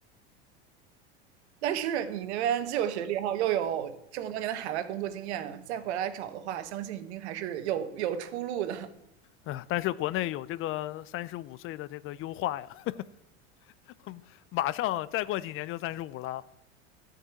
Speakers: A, on the right; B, on the left.
A: 但是你那边既有学历，然后又有这么多年的海外工作经验，再回来找的话，相信一定还是有有出路的
B: 哎，但是国内有这个三十五岁的这个优化呀，<laughs> 马上再过几年就三十五了，